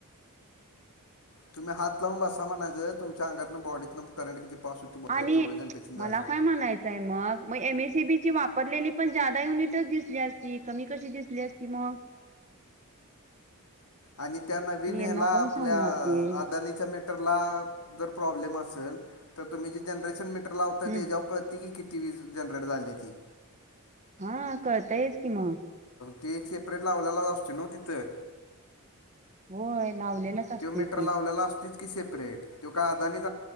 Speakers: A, on the right (about 30°); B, on the left (about 85°).
A: <unintelligible>
B: तुम्ही हात लावून बसा म्हणायचं, तुमच्या अंगातनं बॉडीत करंट किती? पास होती बघ
A: आणि
B: तेवढं जनरेशन झाले
A: मला
B: म्हणून.
A: काय म्हणायचंय, मग म एम एसी बी ची वाप पडलेली पण ज्यादा युनिटच दिसली, असती कमी कशी दिसली, असती मग
B: आणि त्या नवीन,
A: मी यांना
B: हेला
A: कोण
B: आपल्या
A: सांगणार ते
B: अदानीच्या मेटरला जर प्रॉब्लेम अस असेल, तर तुम्ही जे जनरेशन मीटर लावता त्याच्यावर
A: हम्
B: कळतंय की किती? ती वीज जनरेट झाली ती
A: हा कळतयच कि मग.
B: ते एक सेपरेट लावलेलाच, असतोय ना तिथं
A: होय लावलेलाच, असतोय
B: तो मीटर
A: की
B: लावलेला असतोच सेपरेट तो काय आदानित